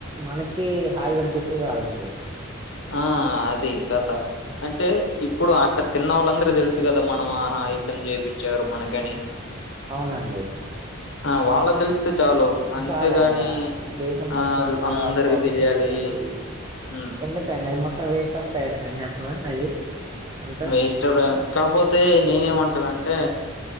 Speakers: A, on the right; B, on the left.
A: మనకి హాయిగా అనిపిస్తే చలండి
B: ఆ అది కథ అంటే ఇప్పుడు అక్కడ తిన్నవాళ్ళందరికి తెలుసు కదా మనం ఆహా ఇతను చేపిచ్చడు మనకని
A: అవునండి
B: ఆ వాళ్ళక్ తెలిస్తే చాలు అంతేగాని
A: చాలండి ఆ దేశం మొత్తం
B: ఆ అందరికి
A: ఆ పబ్లిసిటీ
B: తెలియాలి
A: చేసి
B: మ్
A: ఎందుకండి అది మొత్తం వేస్ట్ ఆఫ్ టైమ్ క అండి ఎంత అది అంతా
B: వేస్ట్ ఆఫ్ టైము కాపోతే నేనేమంటానంటే